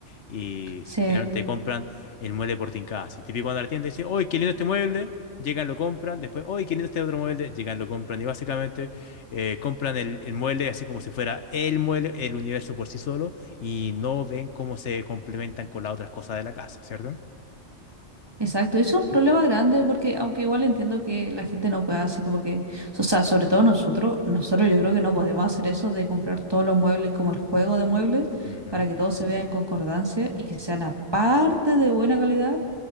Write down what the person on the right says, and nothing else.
Sí,
exacto. Eso es un problema grande porque aunque igual entiendo que la gente no pueda así como que, o sea, sobre todo nosotros, nosotros yo creo que no podemos hacer eso de comprar todos los muebles como el juego de muebles
para que todo se vea en concordancia y que sean aparte de buena calidad